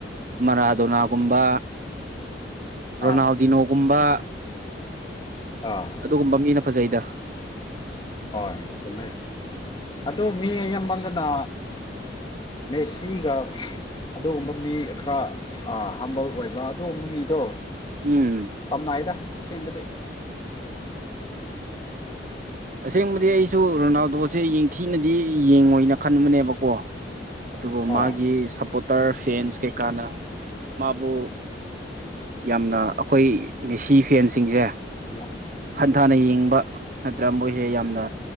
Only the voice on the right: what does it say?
ꯃꯔꯥꯗꯣꯅꯥꯒꯨꯝꯕ ꯔꯣꯅꯥꯜꯗꯤꯅꯣꯒꯨꯝꯕ
ꯑꯗꯨꯒꯨꯝꯕ ꯃꯤꯅ ꯐꯖꯩꯗ
ꯎꯝ
ꯑꯁꯦꯡꯕꯗꯤ ꯑꯩꯁꯨ ꯔꯣꯅꯥꯜꯗꯣꯁꯦ ꯌꯦꯊꯤꯅꯗꯤ ꯌꯦꯡꯉꯣꯏꯅ ꯈꯟꯕꯅꯦꯕꯀꯣ ꯑꯗꯨꯕꯨ
ꯃꯥꯒꯤ ꯁꯞꯄꯣꯔꯇꯔ ꯐꯦꯟꯁ ꯀꯩꯀꯥꯅ ꯃꯥꯕꯨ ꯌꯥꯝꯅ ꯑꯩꯈꯣꯏ ꯃꯦꯁꯤ ꯐꯦꯟꯁꯤꯡꯁꯦ
ꯍꯟꯊꯅ ꯌꯦꯡꯕ ꯅꯠꯇ꯭ꯔ ꯃꯣꯏ ꯁꯦ ꯌꯥꯝꯅ